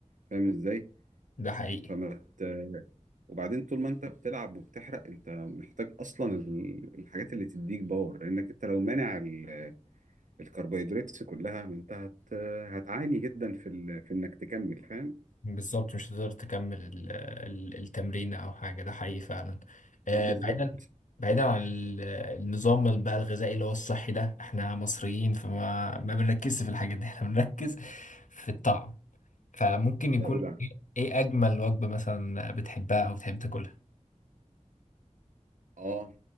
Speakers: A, on the right; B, on the left.
A: فاهم ازاي
B: ده حقيقي
A: فما ت... وبعدين طول ما انت بتلعب وبتحرق انت محتاج اصلا ال- الحاجات اللي تديك باور لانك انت لو مانع ال- الكربوهيدرات كلها ما انت هت... هتعاني جدا في ال... في انك تكمل فاهم
B: بالظبط مش هتقدر تكمل ال- ال- التمرين او حاجه ده حقيقي فعلا آه،
A: اه بالظبط
B: بعيدا بعيدا عن ال- النظام ال- بقى الغذائي اللي هو الصحي ده احنا مصريين فما ما بنركزش في الحاجات دي <laughs> احنا بنركز في الطعم فممكن يكون
A: لا اقول عن-
B: ايه إيه اجمل وجبه مثلا بتحبها او بتحب تاكلها
A: اه